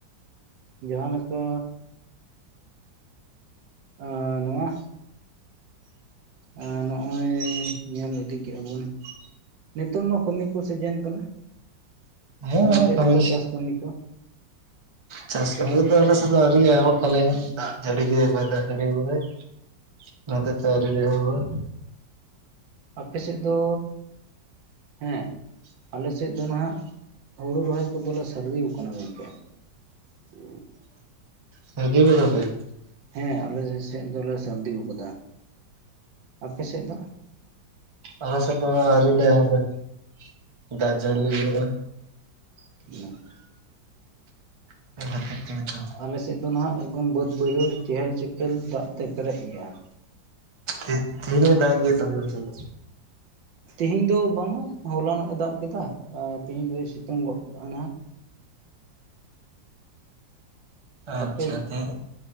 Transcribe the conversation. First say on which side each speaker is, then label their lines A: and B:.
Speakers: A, on the right; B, on the right.
A: ᱡᱟᱦᱟᱸ ᱞᱮᱠᱟ ᱟᱸ ᱱᱚᱣᱟ ᱮᱸ ᱱᱚᱜᱼᱚᱭ ᱧᱮᱞ ᱤᱫᱤ ᱠᱮᱜ-ᱟ ᱵᱟᱱ ᱱᱮᱛᱳᱝ ᱫᱟ ᱠᱟᱹᱢᱤ ᱠᱚ ᱥᱤᱡᱤᱱ ᱠᱟᱱᱟ᱾
B: ᱦᱮᱸ
A: ᱟ ᱪᱮᱫ
B: ᱠᱟᱹᱢᱤ
A: ᱠᱚ ᱪᱟᱥ ᱠᱟᱹᱢᱤ ᱠᱚ?
B: ᱪᱟᱥ
A: ᱪᱮᱫ
B: ᱠᱟᱹᱢᱤ ᱠᱚᱫᱚ ᱟᱞᱮ ᱥᱮᱫ ᱫᱚ ᱟᱹᱣᱨᱤᱭᱟᱜ-ᱟᱭ <inaudible> ᱫᱟᱜ ᱡᱟᱹᱲᱤ ᱜᱮ ᱵᱟᱭ ᱫᱟᱜ ᱡᱟᱹᱲᱤᱟᱣ ᱠᱟᱫᱟᱭ᱾ ᱚᱱᱟ ᱦᱚᱛᱮᱡ ᱛᱮ ᱟᱹᱣᱨᱤ ᱞᱮ ᱮᱦᱚᱵᱚᱜ-ᱟ᱾
A: ᱟᱯᱮ ᱥᱮᱫ ᱫᱚ ᱦᱮᱸ᱾ ᱟᱞᱮ ᱥᱮᱫ ᱫᱚ ᱱᱟᱦᱟᱜ ᱦᱩᱲᱩ ᱨᱚᱦᱚᱭ ᱠᱚᱫᱚᱞᱮ ᱥᱟᱹᱨᱫᱤᱣ ᱟᱠᱟᱱᱟ ᱜᱚᱝᱠᱮ᱾ <inaudible>
B: ᱥᱟᱹᱨᱫᱤᱣ ᱠᱟᱫᱟ ᱯᱮ?
A: ᱦᱮᱸ ᱟᱞᱮ ᱥᱮ ᱥᱮᱫ ᱫᱚᱞᱮ ᱥᱟᱨᱫᱤᱣ ᱟᱠᱟᱫᱟ᱾ ᱟᱯᱮ ᱥᱮᱫ ᱫᱚ?
B: ᱟᱞᱮ ᱥᱮᱫ ᱫᱚ ᱟᱹᱣᱨᱤ ᱞᱮ ᱮᱦᱚᱵᱚᱜ-ᱟ ᱫᱟᱜ ᱡᱟᱹᱲᱤ ᱜᱮ ᱵᱟᱹᱱᱩᱜᱼᱟ᱾
A: <inaudible>
B: <inaudible>
A: ᱟᱞᱮ ᱥᱮᱫ ᱫᱚ ᱱᱟᱦᱟᱜ ᱮᱜᱚᱢ ᱵᱟᱹᱫᱽ ᱵᱟᱹᱭᱦᱟᱹᱲ ᱪᱮᱦᱮᱞ ᱪᱮᱯᱮᱞ ᱫᱟᱜ ᱛᱮ ᱯᱮᱨᱮᱡ ᱜᱮᱭᱟ᱾
B: ᱛᱮ ᱛᱮᱦᱮᱧ ᱦᱚᱸᱭ ᱫᱟᱜ ᱮᱫ ᱜᱮᱭᱟ ᱛᱟᱞᱦᱮ ᱟᱯᱮ ᱥᱮᱫ ᱫᱚ?
A: ᱛᱤᱦᱮᱧ ᱫᱚ ᱵᱟᱝᱟ, ᱦᱚᱞᱟᱱᱚᱜ-ᱮ ᱫᱟᱜ ᱠᱮᱫᱟ ᱟᱨ ᱛᱮᱤᱦᱮᱧ ᱫᱚᱭ ᱥᱤᱛᱩᱝ ᱜᱚᱫ ᱠᱟᱜᱼᱟ ᱱᱟᱦᱟᱜ᱾
B: ᱟᱪᱪᱷᱟ
A: ᱟᱯᱮ
B: ᱛᱮᱦᱮᱧ